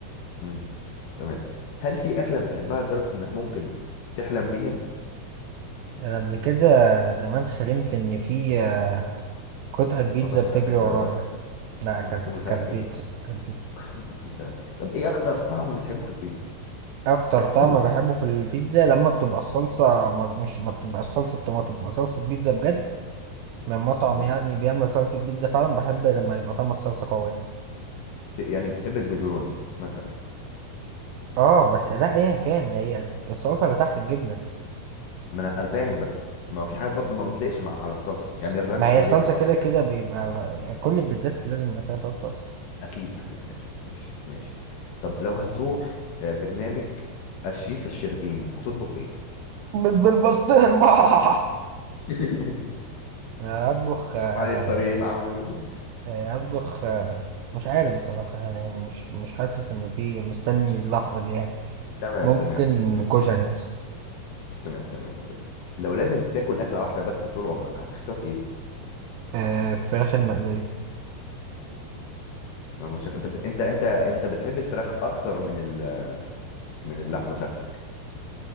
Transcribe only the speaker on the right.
انا قبل كده زمان حلمت ان في آه، قطعه بيتزا
بتجري
ورايا
لا كانت
كانت بيتزا كانت بيتزا
اكتر طعم
بحبه في البيتزا لما بتبقى الصلصه مز- مش ما بتبقى الصلصه طماطم بتبقى صلصه بيتزا بجد من مطعم
يعني بيعمل صلصه بيتزا فعلا بحب لما يبقى طعم الصلصه قوي يعني.
اه بس لا ايا كان هي الصلصه اللي تحت الجبنه
ما هي
الصلصه
كده
كده بيبقى كل البيتزات لازم يبقى فيها صلصه اصلا
بيت بالبسطرمه <laughs>
أنا اطبخ آه،
آه، اطبخ آه، مش عارف بصراحه يعني مش مش حاسس انه في مستني اللحظه دي يعني
ممكن
كشري مثلا
آه، فراخ المقليه